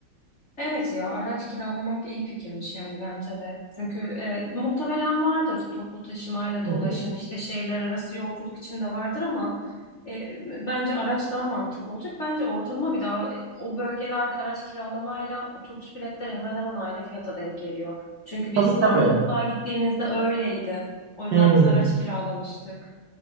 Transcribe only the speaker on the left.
Evet ya araç kiralamak iyi fikirmiş yani bence de. Çünkü evet, muhtemelen vardır toplu taşımayla
da
ulaşım işte şehirler arası yolculuk için de vardır ama e, bence araç daha mantıklı olacak. Bence ortalama bir daha o bölgelerde araç kiralamayla otobüs biletleri hemen hemen aynı fiyata denk geliyor. Çünkü biz
Arnavutluğa gittiğimizde öyleydi. O yüzden
biz araç kiralamıştık.